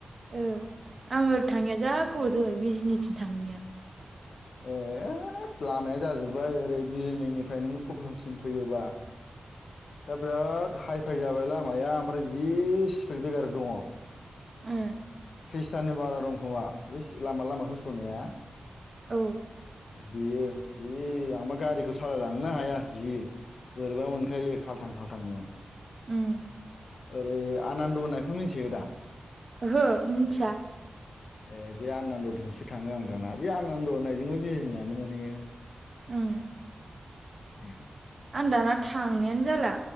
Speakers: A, on the right (about 55°); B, on the left (about 80°).
A: ओ आङो ओरै थाङिया जा गोबाव जाबाय बिजनिथिं थाङिया।
B: ए लामाया जाजोब्बाय ओरै बिजनिफ्राय नोङो पक्लमसिम फैयोबा दा बिराद हाइ फाइ जाबाय लामाया ओमफ्राय जि स्पिड बेगार दङ'।
A: ओम
B: ट्रिसटानि बारा दंखोमा बे लामा लामा होस'नाया।
A: औ
B: बेयो जि आंबा गारिखौ सालायलांनो हाया जि बोरैबा मोनखायो खाल्थां खाल्थांनो।
A: ओम
B: ओरै आनान्द होननायखौ मिन्थियो दा?
A: ओहो मिनथिया।
B: ए बे आनन्दथिंसो थाङो आं दाना बे आनन्द होननायजोंबो बिजिनायानो मोनहैयो।
A: ओम।
B: <inaudible>
A: आं दाना थांनायानो जाला